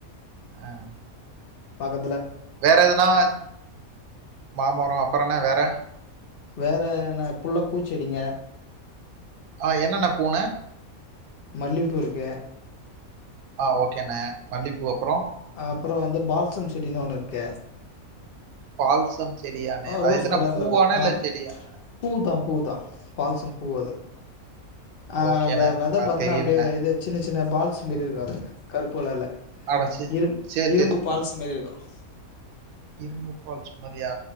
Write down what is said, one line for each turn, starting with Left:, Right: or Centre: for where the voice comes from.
Right: ஆஹ்
Left: பக்க
Right: வேற எதுனா மாமரம் அப்புறம் என்ன வேற
Left: வேற என்ன புள்ள பூச்செடிங்க
Right: ஆஹ் என்னன்ன பூன
Left: மல்லிப்பூருக்கு
Right: ஆஹ் ஓகேண்ணே மல்லிப்பூ அப்புறம்
Left: அப்புறம் வந்து பால்சம் செடனு ஒண்ணு இருக்க
Right: பால்சம் செடியாண்ணே? அது
Left: ரோஸ்
Right: எதுனா
Left: கலர்ல
Right: பூவாண்ணே?
Left: இருக்கு
Right: இல்ல
Left: ஆமா
Right: செடியாண்ணே?
Left: பூ தான் பூ தான் பால்ஸன் பூ அது ஆஹ்
Right: ஓகேண்ணே.
Left: வெத
Right: அது
Left: பத்தன்னா
Right: தெரியலண்ணே.
Left: அப்படிய சின்ன சின்ன பால்ஸ் மாரி இருக்காது கருப்புகளல்ல
Right: அட! சே
Left: இரும்
Right: சரி,
Left: இரும்பு பால்ஸ் மாதிரி இருக்கும்
Right: இரும்புபால்ச்சு மாரியா